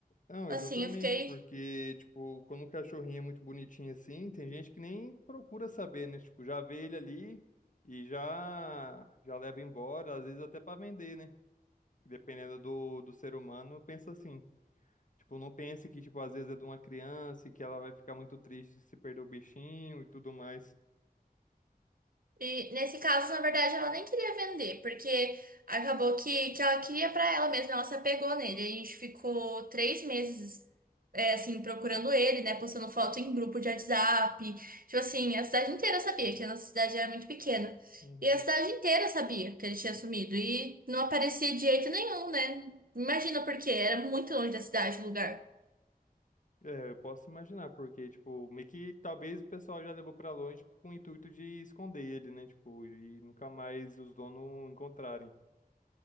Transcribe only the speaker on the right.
Assim,
eu fiquei.
E nesse caso, na verdade, ela nem queria vender, porque acabou que, que ela queria pra ela mesma, ela se apegou nele. A gente ficou três meses, é, assim, procurando ele, né? Postando foto em grupo de WhatsApp. Tipo assim, a cidade inteira sabia, que a nossa cidade era muito pequena.
E a cidade inteira sabia que ele tinha sumido. E não aparecia de jeito nenhum, né? Imagina porque era muito longe da cidade, o lugar.